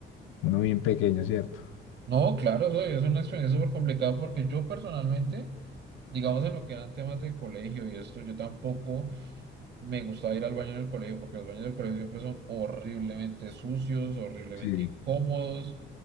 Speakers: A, on the left (about 85°); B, on the right (about 60°).
A: uno bien pequeño, ¿cierto?
B: No, claro, eso es una experiencia súper complicada porque yo personalmente, digamos en lo que eran temas de colegio y esto, yo tampoco. Me gustaba ir al baño en el colegio porque los baños del colegio siempre son horriblemente sucios, horriblemente
A: Sí.
B: incómodos.